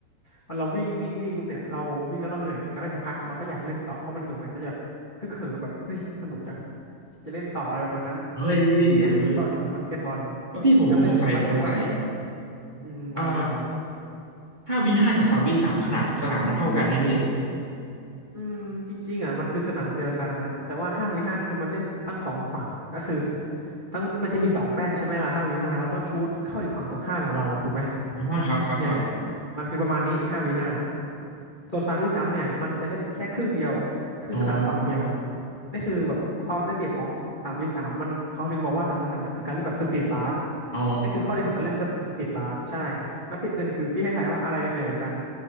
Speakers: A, on the left; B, on the right.
A: พอเราวิ่งวิ่งวิ่งปุ๊บเนี่ยเราวิ่งแล้วเราเหนื่อยแล้วก็จะพักเราก็อยากเล่นต่อเพราะมันสนุกไงเราจะแบบฮึกเหิมแบบเฮ้ยสนุกจังจะเล่นต่ออะไรประมาณนั้น
B: เฮ้ย
A: เนี่ยคือข้อดีของบาสเกตบอล
B: เออ เออพี่ผมผมสงสัยผมสงสัย
A: แล้วประเด็นคือบาสเกตบอลเนี่ยอืมมามามา
B: อ่าห้าวีห้ากับสามวีสามขนาดสนามมันเท่ากันไหมพี่
A: อืมจริงๆอ่ะมันคือสนามเดียวกันนะแต่ว่าห้าวีห้าคือมันเล่นทั้งสองฝั่งก็คือทั้งมันจะมีสองแป้นใช่ไหมล่ะห้าวีห้าเราต้องชูตเข้าอีกฝั่งตรงข้ามของเราถูกไหม
B: อ่าครับครับครับ
A: เนี่ยเนี่ยมันคือประมาณนี้ห้าวีห้าส่วนสามวีสามเนี่ยมันจะเล่นแค่ครึ่งเดียวครึ่งสนามฝั่งเดียว
B: อ๋อ
A: นี่คือแบบความได้เปรียบของสามวีสามมันเขาถึงบอกว่าสามวีสามเนี่ยคือการเล่นแบบสตรีทบาส
B: อ๋อ
A: นี่คือข้อดีของการเล่นสตรีทบาสใช่แล้วปิดเล่นคือพี่ให้ทายว่าอะไรเหนือกว่ากัน